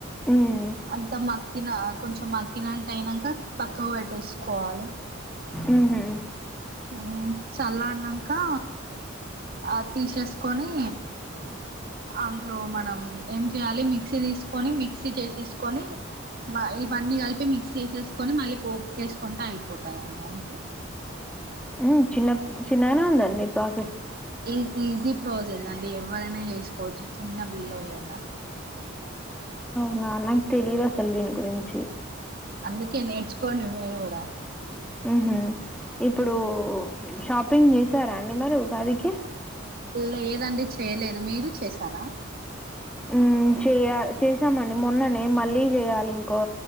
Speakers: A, in the centre; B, on the right.
A: ఉమ్
B: అంత మక్కిన కొంచెం మక్కినట్టు అయినంక పక్కకు బెట్టేసుకోవాలి.
A: మ్మ్ హు
B: మ్ చల్లరినంకా ఆ తీసేసుకొని అందులో మనం ఏం చేయాలి మిక్సీ తీసుకొని మిక్సీ చేసేసుకొని ఇవన్నీ కలిపి మిక్స్ చేసేసుకొని మళ్ళీ పోప్ కేసుకుంటే అయిపోతండండి అంతే
A: మ్ చిన్నపుడు చిన్నగానే ఉండే అండి పాప
B: ఈ ఈజీ ప్రాసెస్ అండి ఎవ్వరైనా చేసుకోవచ్చు చిన్న పిల్లలైనా
A: అ నాకు తెలీయదు అసలు దీని గురించి
B: అందుకే నేర్చుకోండి మీరు గూడా
A: మ్మ్ హు ఇప్పుడు షాపింగ్ చేసారా అండి మరి ఉగాదికి
B: లేదండి చేయలేదు మీరు చేసారా
A: మ్ చేయ చేసామండి మొన్ననే మళ్ళీ చేయ్యాలి ఇంకో